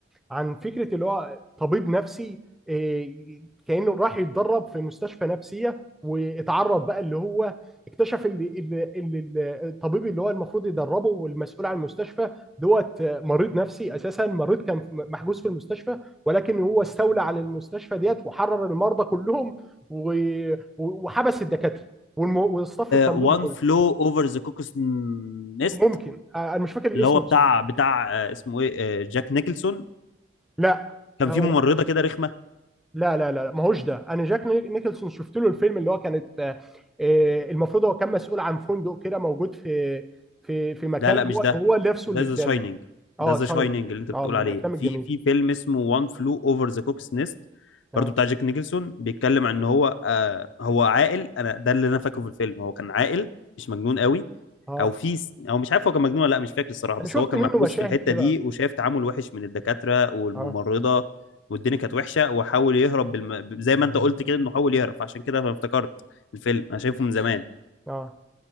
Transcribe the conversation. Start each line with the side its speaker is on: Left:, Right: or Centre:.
Centre: عن فكره اللي هو طبيب نفسي إيه، كانه راح يتدرب في مستشفى نفسيه واتعرض بقى اللي هو اكتشف اللي اللي الطبيب اللي هو المفروض يدربه والمسؤول عن المستشفى دوت مريض نفسي اساسا مريض كان محجوز في المستشفى ولكن هو استولى على المستشفى ديت وحرر المرضى كلهم و- و- وحبس الدكاتره والم... والصف التمريضي
Left: وان
Centre: كله
Left: فلو اوفر ذا كوكس نست
Centre: ممكن آه، انا مش فاكر الاسم
Left: اللي هو بتاع
Centre: بصراحه
Left: بتاع آه، اسمه ايه آه، جاك نيكلسون
Centre: لا
Left: كان
Centre: آه،
Left: في
Centre: هو-
Left: ممرضه كده رخمه
Centre: لا لا لا لا، ما هوش ده انا جاك نيك- نيكلسون شفت له الفيلم اللي هو كانت آه، آه، المفروض هو كان مسؤول عن فندق كده موجود في في في مكان
Left: لا لا مش
Centre: هو
Left: ده
Centre: هو نفسه
Left: ده
Centre: اللي
Left: ذا
Centre: اتجنن
Left: شاينينج
Centre: اه
Left: ده ذا
Centre: تشاينينج
Left: شاينينج اللي انت بتقول
Centre: اه من
Left: عليه
Centre: الافلام
Left: في
Centre: الجميله
Left: في فيلم اسمه وان فلو اوفر ذا كوكس نيست
Centre: اه
Left: برضو بتاع جاك نيكلسون بيتكلم عن ان هو آه هو عاقل انا ده اللي انا فاكره في الفيلم هو كان عاقل مش مجنون قوي
Centre: اه
Left: او في س- او مش عارف هو كان مجنون ولا لا مش فاكر الصراحه
Centre: انا
Left: بس
Centre: شفت
Left: هو كان
Centre: منه
Left: محبوس
Centre: مشاهد
Left: في الحته
Centre: كده
Left: دي وشايف تعامل وحش من الدكاتره والممرضه
Centre: اه
Left: والدنيا كانت وحشه وحاول يهرب بالم... زي ما انت قلت كده انه حاول يهرب عشان كده انا افتكرت الفيلم انا شايفه من زمان
Centre: اه